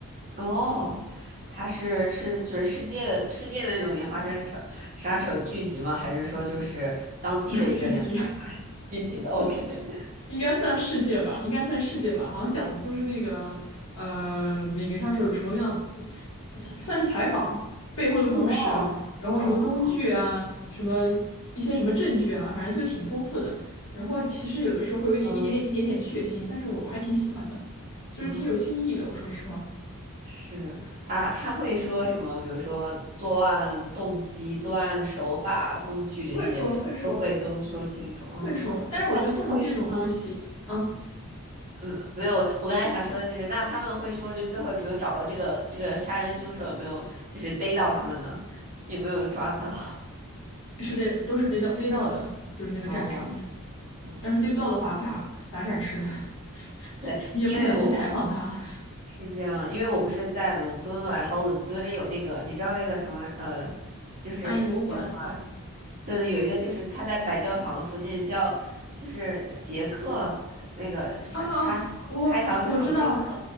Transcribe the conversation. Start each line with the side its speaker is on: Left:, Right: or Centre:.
Right: 哦，他是是就是世界的世界的那种连环杀手杀手聚集吗？还是说就是当地的一个连花
Left: <laughs> 剧集。
Right: 聚集的 <laughs>？OK，
Left: 应该算世界吧，应该算世界吧。好像讲的就是那个呃，每个杀手有什么样，算是采访背后的故事，
Right: 哦
Left: 然后什么工具啊，
Right: 哦，
Left: 什么一些什么证据啊，反正就挺丰富的。然后其实有的时候会有一点一点点一点点血腥，
Right: 嗯
Left: 但是我我还挺喜欢的，就是挺有新意的。
Right: 嗯，
Left: 我说实话，
Right: 是他他会说什么？比如说作案动机、作案手法、工具这些都会都说清楚哦。
Left: 会说会说会说，但是我觉得动机这种东西，
Right: 他会说，
Left: 啊，
Right: 嗯，没有，我刚才想说的就是，那他们会说，就最后有没有找到这个这个杀人凶手，有没有就是逮到他们呢？有没有抓到？<laughs>
Left: 是得都是得到得到的，就是那个展上面。
Right: 哦，嗯，
Left: 要是对不到的话，咋咋展示？<laughs>
Right: 对，
Left: 你也不可能去采访他。
Right: 因为我我是这样，因为我不是在伦敦嘛，然后伦敦有那个，你知道那个什么呃，就是叫什么？
Left: 大英博物馆，哦，
Right: 对对，有一个就是他在白教堂附近叫，就是杰克那个杀杀手开膛手杰克，
Left: 哦哦，哦我我知道，